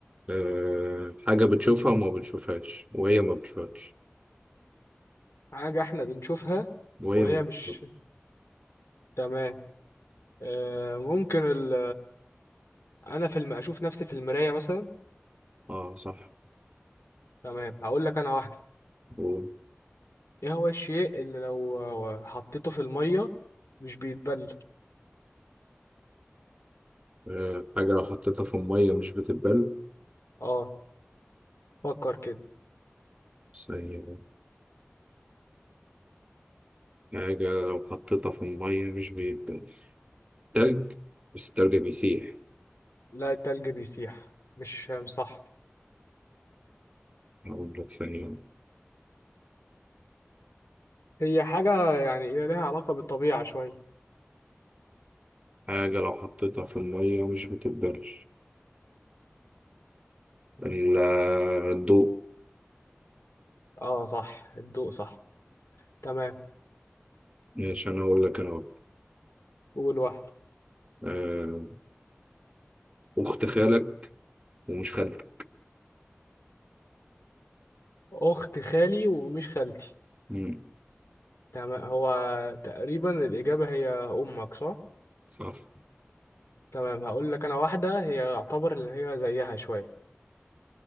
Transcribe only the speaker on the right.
أه حاجة بتشوفها وما بتشوفهاش وهي ما بتشوفكش
وهي
ما بتشوفك
اه صح
قول.
أه حاجة لو حطيتها في المية مش بتتبل
بس هي حاجة لو حطيتها في المية مش بيتبل تلج بس التلج بيسيح
أقول لك ثانية
حاجة لو حطيتها في المية مش بتتبل ال- الضوء
ماشي أنا أقول لك أنا وقت
أه أخت خالك ومش خالتك
مم.
صح